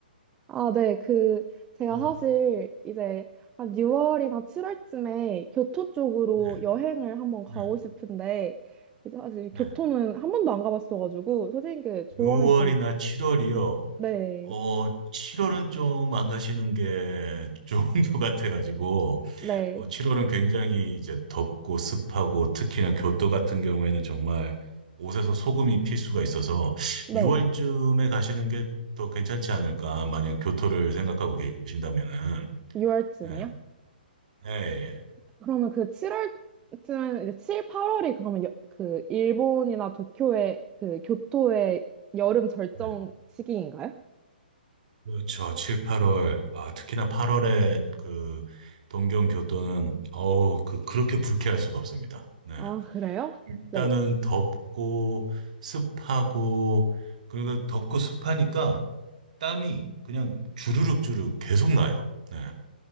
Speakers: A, on the right; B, on the right.
A: 아, 네, 그, 제가
B: 네,
A: 사실 이제 한 6월이나 7월쯤에 교토 쪽으로
B: 네,
A: 여행을 한번 가고
B: 네,
A: 싶은데, 이제 사실
B: 네.
A: 교토는 한 번도 안 가봤어가지고, 선생님께 조언을
B: 6월이나
A: 좀,
B: 7월이요.
A: 네,
B: 어, 7월은 좀 안 가시는 게 좋은 <laughs> 것 같아가지고
A: 네,
B: 어, 7월은 굉장히 이제 덥고 습하고 특히나 교토 같은 경우에는 정말 옷에서 소금이 필 수가 있어서
A: 네,
B: 6월쯤에 가시는 게 더 괜찮지 않을까? 만약 교토를 생각하고 계신다면은
A: 6월쯤이요?
B: 예, 예, 예.
A: 그러면 그 7월쯤, 이제 7, 8월이 그러면 여- 그 일본이나 도쿄의 그 교토의 여름 절정
B: 예.
A: 시기인가요?
B: 그렇죠. 7, 8월. 아, 특히나 8월에 그 동경 교토는 어우, 그 그렇게 불쾌할 수가 없습니다. 네.
A: 아, 그래요?
B: 일단은
A: 네.
B: 덥고 습하고 그리고 덥고 습하니까 땀이 그냥 주르륵 주르륵 계속 나요. 네.